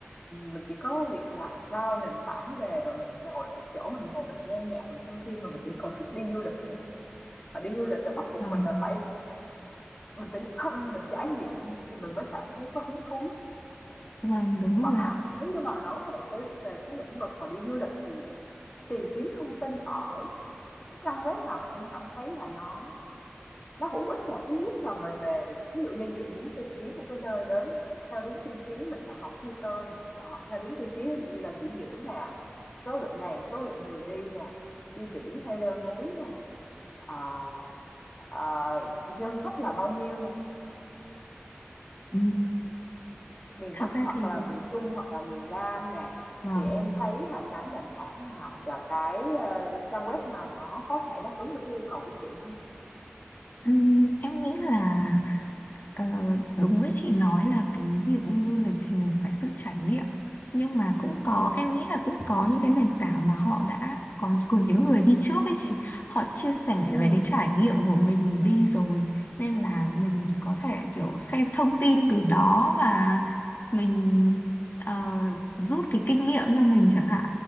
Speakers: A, on the left (about 30°); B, on the left (about 50°).
A: mình chỉ có việc đà nền tảng về rồi mình ngồi mình chỗ mình ngồi mình nghe nhạc, mình xem phim mà mình chỉ còn thích đi du lịch nữa. và đi du lịch là bắt buộc
B: vâng,
A: mình là phải mình phải đích thân mình trải nghiệm thì mình mới cảm thấy có hứng thú.
B: vâng đúng
A: Mà,
B: rồi
A: à,
B: ạ.
A: nếu như mà nói về cái về cái lĩnh vực mà đi du lịch thì tìm kiếm thông tin ở cái trang web nào mà em cảm thấy là nó Nó hữu ích là thứ nhất là về về thí dụ như chị muốn tìm kiếm một cái nơi đến theo đúng tiêu chí mình chọn lọc filter nè, chọn lọc theo đúng tiêu chí ví dụ như là nghỉ dưỡng nè, số lượng ngày, số lượng người đi nè, đi biển hay leo núi nè, ờ, ờ, ngân sách là bao nhiêu nè,
B: Ừ,
A: miền
B: Thật
A: Bắc
B: ra
A: hoặc
B: thì
A: là miền Trung hoặc là miền Nam nè,
B: vâng,
A: thì em thấy là cái nền tảng nào hoặc là cái ờ, trang web nào nó có thể đáp ứng được cái yêu cầu của chị không?
B: ừ, em nghĩ là Ờ, đúng với chị nói là cái việc đi du lịch thì mình phải tự trải nghiệm nhưng mà cũng có
A: ừ
B: em nghĩ là cũng có những cái nền tảng mà họ đã có của những người đi trước ấy chị họ chia sẻ
A: ừ
B: về cái trải nghiệm của mình đi rồi nên là mình có thể kiểu xem thông tin từ đó và mình ờ, rút cái kinh nghiệm cho mình chẳng hạn